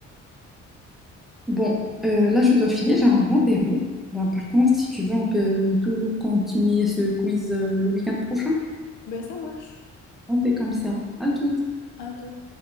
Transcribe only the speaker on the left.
ben ça marche
à tout